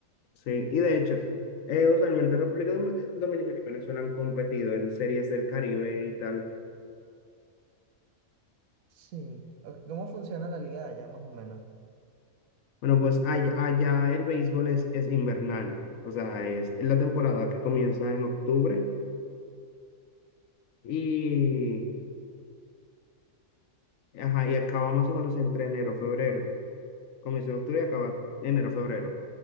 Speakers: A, on the left (about 70°); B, on the right (about 80°).
A: Sí, y de hecho, eh, usualmente República Dom- Dominicana y Venezuela han competido en series del Caribe y tal.
B: Sí. O- ¿Cómo funciona la liga de allá, más o menos?
A: Bueno, pues allá, allá el béisbol es, es invernal, o sea, es la temporada que comienza en octubre y, ajá, y acaba más o menos entre enero, febrero. Comienza en octubre y acaba enero, febrero.